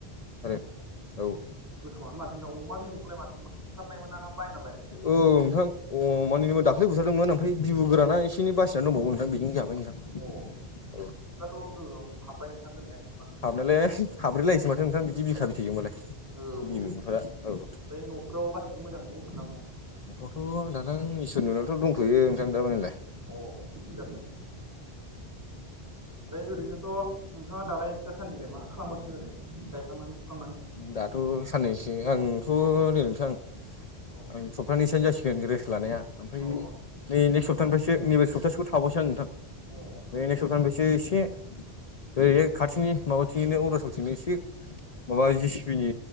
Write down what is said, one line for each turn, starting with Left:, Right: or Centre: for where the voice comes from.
Left: आरो औ।
Right: गोथावानो माथों नोंथां अमा बिबुखौलाय मा न'नि बुथारनाय मोन ना बायनालायमोना
Left: औ नोंथां अमानिमोन दाख्लै बुथदोंमोन ओमफ्राय बिबु गोराना एन बासिना दंबावो नोंथां बेजोंनो जाबाय नोंथां।
Right: अ बिदिब्लाथ'
Left: औ
Right: गोगोम हाबबाय नोंथां दोनैहाय खोमा
Left: हाबनायलाय हाबब्रैलायोसो माथो नोंथाङा बिदि बिखा बिथैजोंबालाय
Right: औ औ
Left: बिबुफोरा औ।
Right: ओमफ्राय न'फोराव गासिबो मोजाङै दंजोबोना नोंथां।
Left: न'खरावथ' दाथां इसोरनि अननायावथ' दंथ'यो नोंथां दामानिलाया।
Right: अ बिदिनो आरो ना? ओमफ्राय ओरैनोथ' नोंथाङा दालाय दा सानदिलाय मा खालामगासिनो ओरैनो गायखांनानै फुखांनानै।
Left: दाथ' साननैसो आंथ' नै नोंथां आं।
Right: औ
Left: आं सप्तानैसोयानसो जासिगोन रेस्ट लानाया ओमफ्राय।
Right: औ औ
Left: नै नेक्स्ट स्ताहानिफ्रायसो नैबे सप्तासेखौ थाबावसै आं नोंथा
Right: अ ओमफ्राय
Left: बे नेक्स्ट सप्ताहानिफ्रायसो एसे ओरैहाय खाथिनि माबाथिंनिनो अरुणाचलथिंनो एसे माबा सिपि नि